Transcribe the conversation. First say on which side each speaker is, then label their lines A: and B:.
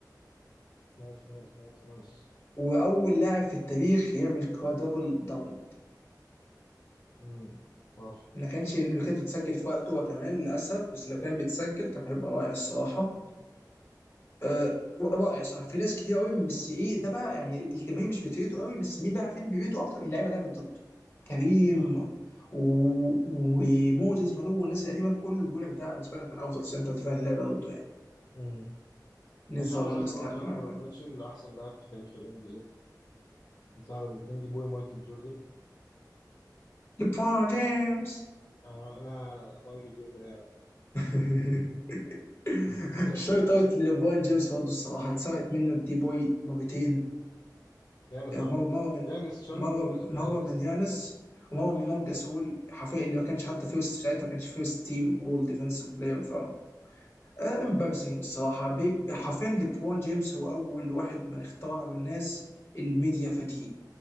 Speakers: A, on the left; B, on the left.
A: نايس نايس نايس نايس نايس
B: واول لاعب في التاريخ يعمل كوادربل دبل
A: امم خرافي
B: ما كانش اللي كانت بتسجل في وقته هو كمان للاسف بس لو كان بيتسجل كان هيبقى رائع الصراحه أه رائع صراحه في ناس كتير قوي بس ايه ده بقى يعني الجماهير مش بتريته قوي بس مين بقى عارفين اللي بيريته اكتر اللعيبه اللي لعبت ضده كريم
A: آه.
B: و- وموزيس مالو والناس القديمه كله بيقول لك ده بالنسبه لنا كان افضل سنتر دفاع اللي لعب ضده يعني
A: مم.
B: نيث
A: مش عاوز
B: رومان
A: اعمل
B: ده يستحق
A: برضه هنرابل
B: إنه يلعب.
A: منشن لاحسن لاعب في تاريخ ال NBA انت على الاتنين جيبوه مايكل جوردن
B: ليبرون جيمس
A: آه لا لا مايكل جوردن يا لا
B: <laughs> <laughs>
A: <laughs>
B: شوت اوت لليبرون جيمس برضه الصراحه اتسرقت منه الدي بوي مرتين
A: يانس عمو
B: مره مره من
A: يانس تشيرنوبل
B: مره
A: منشن
B: مره
A: يانس
B: من يانس ومره من مارك جاسول حرفيا اللي ما كانش حتى فيرست في ساعتها ما كانش فيرست تيم اول ديفنسيف بلاير ف امبارسنج الصراحه بيب حرفيا ليبرون جيمس هو اول واحد من اخترع له الناس الميديا فاتيج